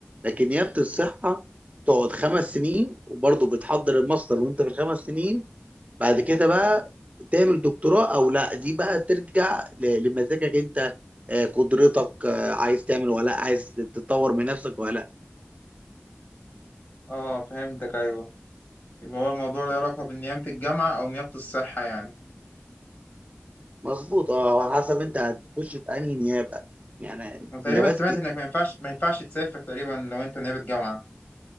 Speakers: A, on the right (about 30°); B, on the left (about 50°).
A: لكن نيابه الصحه تقعد خمس سنين وبرضه بتحضر الماستر وانت في الخمس سنين بعد كده بقى تعمل دكتوراه او لا دي بقى ترجع ل- لمزاجك انت آه، قدرتك آه، عايز تعمل ولا لا عايز تطور من نفسك ولا لا
B: اه فهمتك أيوه يبقى هو الموضوع له علاقة بنيابة الجامعة أو نيابة الصحة يعني
A: مظبوط اه على حسب انت هتخش في انهي نيابه يعني
B: وتقريبا
A: نيابات
B: سمعت إنك ما ينفعش ما ينفعش تسافر تقريبا لو أنت نيابة جامعة